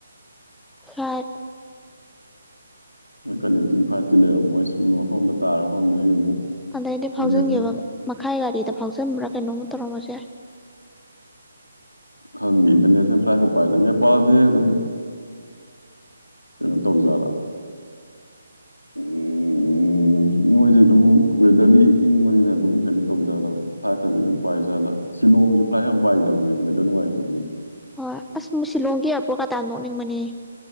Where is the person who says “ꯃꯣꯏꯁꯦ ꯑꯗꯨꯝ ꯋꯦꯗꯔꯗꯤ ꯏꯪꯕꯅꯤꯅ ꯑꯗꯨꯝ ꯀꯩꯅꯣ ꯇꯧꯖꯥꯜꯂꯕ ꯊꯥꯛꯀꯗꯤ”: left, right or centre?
Left